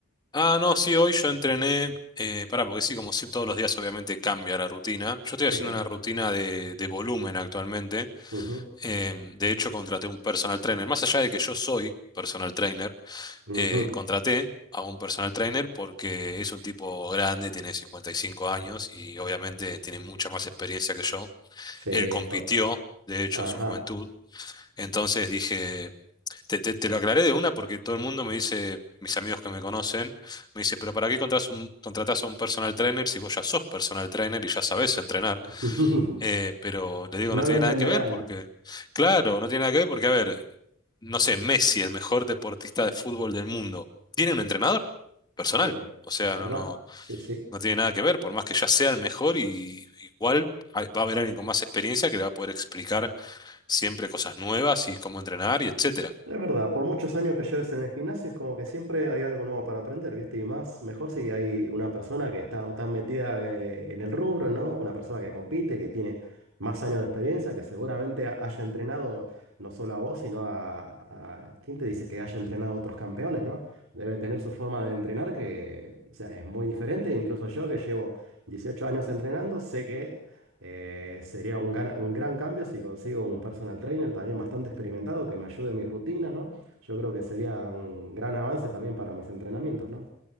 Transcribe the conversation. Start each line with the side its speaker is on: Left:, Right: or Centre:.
Left: Ah, no, sí, hoy yo entrené, eh, pará, porque sí, como sí, todos los días obviamente cambia la rutina. Yo estoy
Right: Sí.
Left: haciendo una rutina de, de volumen actualmente.
Right: ujú,
Left: Eh, de hecho, contraté un personal trainer. Más allá de que yo soy personal trainer,
Right: ujú,
Left: eh, contraté a un personal trainer porque es un tipo grande, tiene 55 años y obviamente tiene mucha más experiencia que yo.
Right: Sí,
Left: Él compitió,
Right: tot.
Left: de hecho, en
Right: Ajá.
Left: su juventud. Entonces dije... Te, te- te lo aclaré de una porque todo el mundo me dice, mis amigos que me conocen, me dice, pero ¿para qué contratas un, contratás a un personal trainer si vos ya sos personal trainer y ya sabés entrenar?
Right: <laughs>
Left: Eh, pero le digo,
Right: No
Left: no tiene
Right: lo entenderán.
Left: nada que ver porque, claro, no tiene nada que ver porque, a ver, no sé, Messi, el mejor deportista de fútbol del mundo, tiene un entrenador personal.
Right: Bien,
Left: O sea,
Right: es verdad.
Left: no, no,
Right: Sí, sí.
Left: no tiene nada que ver, por más que ya sea el mejor y igual hay- va a haber alguien con más experiencia que le va a poder explicar siempre cosas nuevas y cómo entrenar y etcétera.
Right: Es verdad, por muchos años que lleves en el gimnasio es como que siempre hay algo nuevo para aprender, ¿viste? Y más, mejor si hay una persona que está tan metida eh, en el rubro, ¿no? Una persona que compite, que tiene más años de experiencia, que seguramente ha- haya entrenado no solo a vos, sino a, a... ¿Quién te dice que haya entrenado a otros campeones, ¿no? Debe tener su forma de entrenar que, o sea, es muy diferente. Incluso yo que llevo 18 años entrenando, sé que Eh, sería un, gana- un gran cambio si consigo un personal trainer también bastante experimentado que me ayude en mis rutinas, ¿no? Yo creo que sería un gran avance también para mis entrenamientos, ¿no?